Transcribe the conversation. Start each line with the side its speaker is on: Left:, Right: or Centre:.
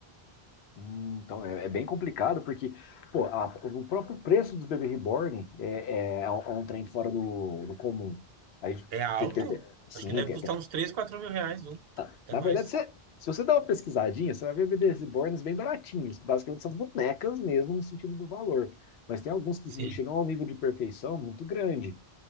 Left: Hum, Então é, é bem complicado porque pô, a- o próprio preço dos bebês reborn é, é, é um é um trem fora do, do comum. A gente
Right: É alto?
Left: te- te- te- sim,
Right: Acho que deve
Left: tem
Right: custar
Left: até.
Right: uns 3 4 mil reais, não?
Left: ah,
Right: Até
Left: Na
Right: mais.
Left: verdade, você- se você dá uma pesquisadinha, você vai ver bebês reborns bem baratinhos, que basicamente são bonecas mesmo no sentido do valor. Mas tem alguns que
Right: Sim.
Left: che- chegam a um nível de perfeição muito grande.